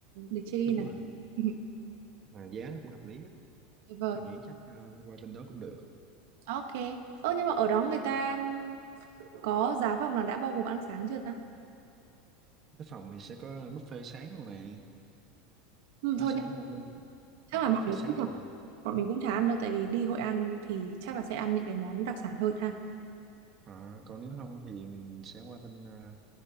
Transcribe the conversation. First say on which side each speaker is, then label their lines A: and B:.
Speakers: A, on the right; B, on the right.
A: để check in
B: đúng
A: là
B: rồi,
A: được <laughs>
B: mà giá nó cũng hợp lý á.
A: tuyệt vời
B: Tôi nghĩ chắc ờ, qua bên đó cũng được.
A: ok ơ nhưng mà ở đó người ta có giá phòng là đã bao gồm ăn sáng chưa ta
B: Cái phòng thì sẽ có buffet sáng luôn này,
A: ừ,
B: nó
A: thôi
B: sẽ
A: nhưng mà
B: có một luôn
A: chắc
B: một
A: là
B: buffet
A: bọn mình
B: sáng
A: cũng chả,
B: cho mình
A: bọn mình cũng chả ăn đâu tại vì đi Hội An thì chắc là sẽ ăn những cái món đặc sản hơn ha
B: À, còn nếu không thì mình sẽ qua bên uh,